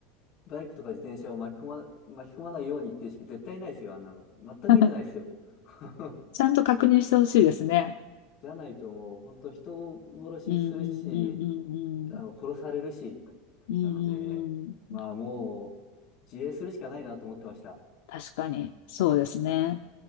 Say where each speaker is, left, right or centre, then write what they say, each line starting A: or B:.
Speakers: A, on the left; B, on the left.
A: バイクとか自転車を巻き込ま、巻き込まないようにっていう意識絶対ないですよ、あんなの。全く見てないですよ。
B: <laughs>
A: <laughs>
B: ちゃんと確認してほしいですね。
A: じゃないともう、本当人を殺しするし、
B: うんうんうんうんうん。
A: あの、殺されるし、
B: うんうんうん。
A: なので、まあもう、自衛するしかないなと思ってました。
B: 確かに、そうですね。